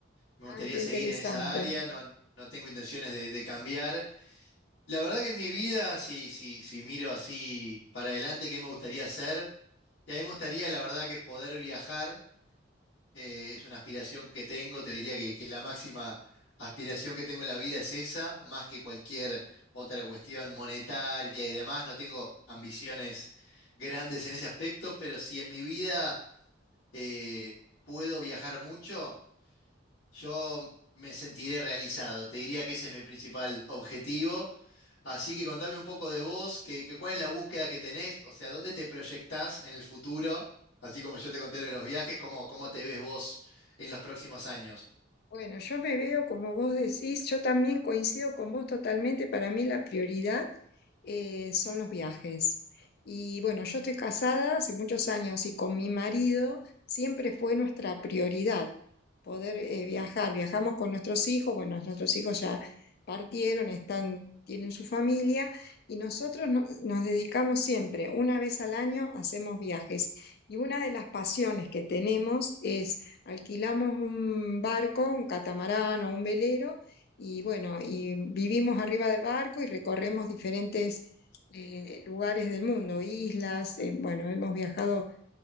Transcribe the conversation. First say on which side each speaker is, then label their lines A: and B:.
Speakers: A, on the left; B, on the left.
A: Me gustaría
B: Ah, qué
A: seguir
B: interesante.
A: en esa área, no, no tengo intenciones de, de cambiar. La verdad que en mi vida, si, si, si miro así para adelante, ¿qué me gustaría hacer? Y a mí me gustaría, la verdad, que poder viajar. eh, es una aspiración que tengo. Te diría que, que la máxima aspiración que tengo en la vida es esa, más que cualquier otra cuestión monetaria y demás. No tengo ambiciones grandes en ese aspecto, pero si en mi vida eh, puedo viajar mucho. Yo me sentiré realizado, te diría que ese es mi principal objetivo. Así que contame un poco de vos, que, que cuál es la búsqueda que tenés, o sea, dónde te proyectás en el futuro, así como yo te conté lo de los viajes, cómo, cómo te ves vos en los próximos años.
B: Bueno, yo me veo como vos decís, yo también coincido con vos totalmente, para mí la prioridad eh, son los viajes. Y bueno, yo estoy casada hace muchos años y con mi marido siempre fue nuestra prioridad poder eh, viajar. Viajamos con nuestros hijos, bueno, nuestros hijos ya partieron, están, tienen su familia y nosotros no- nos dedicamos siempre, una vez al año hacemos viajes. Y una de las pasiones que tenemos Alquilamos un barco, un catamarán o un velero, y bueno, y vivimos arriba del barco y recorremos diferentes eh, lugares del mundo, islas, eh, bueno, hemos viajado